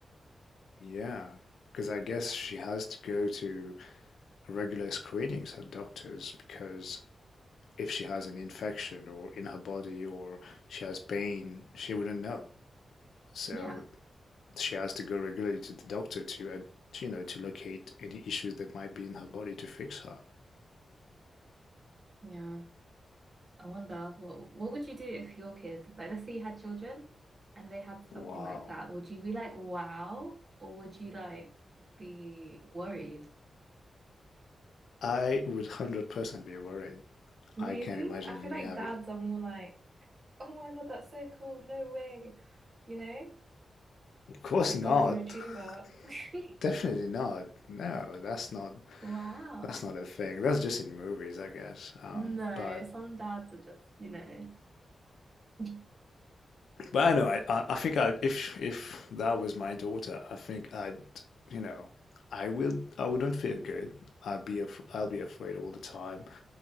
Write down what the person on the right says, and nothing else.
Yeah.
Yeah. I wonder what what would you do if your kid, like let's say you had children and they had
something like that, would you be like, wow, or would you like be worried?
Really?
I feel
like
dads are more like, oh my God, that's so cool, no way. You know?
Like
golden retriever. <laughs>
Wow.
No,
some dads are just, you know, <laughs>